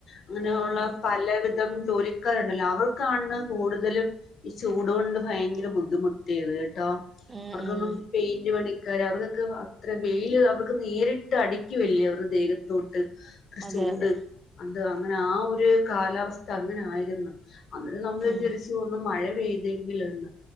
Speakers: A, on the left; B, on the right.
A: അങ്ങനെ
B: ഉം
A: ഉള്ള പലവിധം ജോലി ക്കാരുണ്ടല്ലോ അവർക്കാണ് കൂടുതലും ഈ ചൂട്കൊണ്ട് ഭയങ്കര ബുദ്ധിമുട്ടിയെത് കേട്ടോ
B: ഉം
A: അവർക്കൊന്നും
B: ഉം
A: പെയിന്റ് പണിക്കാർ അവർക്കൊക്കെ അത്ര വെയില് അവർക്ക് നേരിട്ട് അടിക്കുവല്ലേ അവരു ദേഹത്തോട്ട് അത്ര
B: അതെ
A: ചൂട്
B: അതെ
A: അന്ത് അങ്ങനെ ആ ഒരു കാലാവസ്ഥ അങ്ങനെ ആയിരുന്നു അന്നേരം നമ്മള്
B: ഉം
A: വിചരിച്ചു ഒന്ന് മഴ പെയ്തെങ്കിൽന്ന്